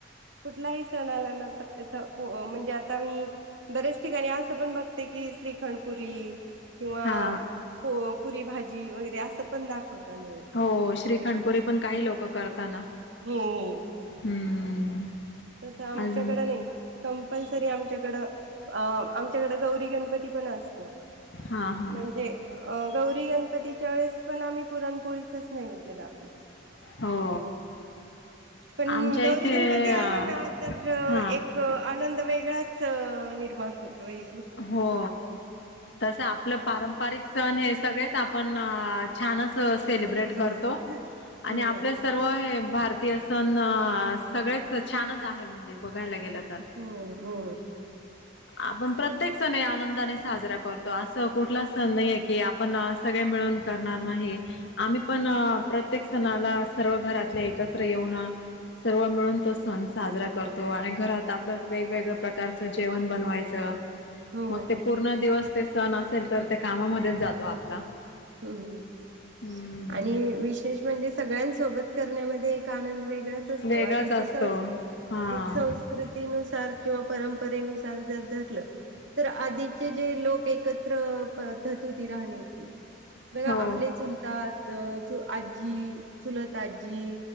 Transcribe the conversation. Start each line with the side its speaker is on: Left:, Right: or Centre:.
Right: कुठलाही सण आला ना तर तेथ म्हणजे आता मी बऱ्याच ठिकाणी असं पण बघते की श्रीखंडपुरी किंवा
Left: हा
Right: प पुरी भाजी वगैरे असं पण दाखवता नैवेद्य.
Left: हो श्रीखंडपुरी पण काही लोक क करताना.
Right: हो हो.
Left: हम्म.
Right: तसं आमच्याकड
Left: अजून
Right: नाही. कम्पल्सरी आमच्याकडं अ आमच्याकड गौरी गणपती पण अस म्हणजे
Left: हां हां
Right: अ गौरी गणपतीच्या वेळेस पण आम्ही पुरणपोळीचाच नैवेद्य दाखवतो.
Left: हो.
Right: पण
Left: आमच्या
Right: गौरी
Left: इथे
Right: गणपती आले
Left: अ,
Right: ना, तर
Left: हां
Right: एक क आनंद वेगळाच निर्माण होतोय.
Left: हो, तस आपलं पारंपारिक सण हे सगळेच आपण छानच
Right: उत्साहात
Left: सेलिब्रेट
Right: हो.
Left: करतो. आणि
Right: हो
Left: आपल्या स तो हे भारतीय सण सगळेच छानच आहे. म्हणजे बघायला गेलं तर.
Right: हो हो
Left: आपण प्रत त्येक सण हे आनंदाने साजरा करतो, असं कुठला सण नाहीये की आपण सगळे मिळून करणार नाही. आम्ही पण प्रत्येक सणाला सर्व घरातले एकत्र येऊन सर्व मिळून तो सण साजरा करतो. आणि घरात आपल्या वेगवेगळ्या प्रकारचं जेवण बनवायचं.
Right: हो
Left: मग ते पूर्ण दिवस ते सण असेल तर, ते कामामध्येच जातो आपला.
Right: हम्म हम्म हम्म.
Left: हम्म
Right: आणि विशेष म्हणजे सगळ्यां सोबत करण्यामध्ये एक आनंद वेगळा असतो.
Left: वेगळाच
Right: आधीचे
Left: असतो
Right: सण
Left: हा
Right: एक सन रीतीनुसार. किंवा परंपरेनुसार जर धरलं. तर आधीचे जे लोक एकत्र पद्धत होती राहण्याची. बघा
Left: हो
Right: आपले चुलता च आजी, चुलत आजी.